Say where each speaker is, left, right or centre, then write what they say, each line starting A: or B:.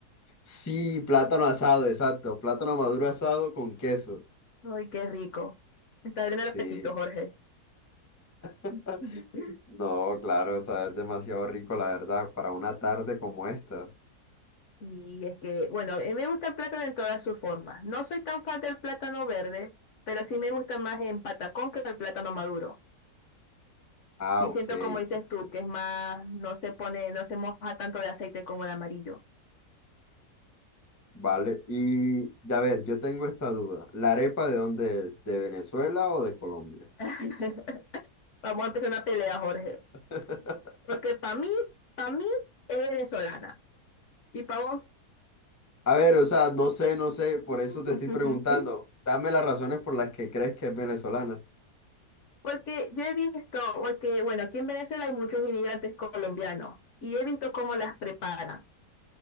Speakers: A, on the left; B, on the left.
A: Sí, plátano asado, exacto. Plátano maduro asado con queso.
B: Ay, qué rico. Me está abriendo
A: Sí.
B: el apetito, Jorge.
A: <laughs>
B: <laughs>
A: No, claro, o sea, es demasiado rico, la verdad, para una tarde como esta.
B: Sí, es que, bueno, a mí me gusta el plátano en todas sus formas. No soy tan fan del plátano verde, pero sí me gusta más en patacón que el plátano maduro.
A: Ah,
B: Sí
A: ok,
B: siento como dices
A: perfecto.
B: tú, que es más, no se pone, no se moja tanto de aceite como el amarillo.
A: Vale, y y a ver, yo tengo esta duda. ¿La arepa de dónde es? ¿De Venezuela o de Colombia?
B: <laughs> Vamos a empezar una pelea, Jorge.
A: <laughs>
B: Porque para mí, para mí es venezolana. Y para vos.
A: A ver, o sea, no sé, no sé, por eso
B: <laughs>
A: te estoy preguntando. Dame las razones por las que crees que es venezolana.
B: Porque yo he visto, porque bueno, aquí en Venezuela hay muchos inmigrantes colombianos y he visto cómo las preparan.